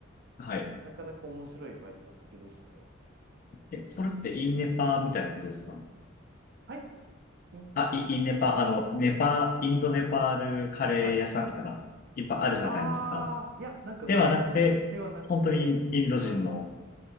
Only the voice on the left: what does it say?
はい。
え、それってインネパーみたいなやつですか
あ、
イ、インネパー、あの、ネパー、インドネパールカレー屋さんみたいな、
いっぱいあるじゃないですか。
ではなくて、
本当にイン、インド人の、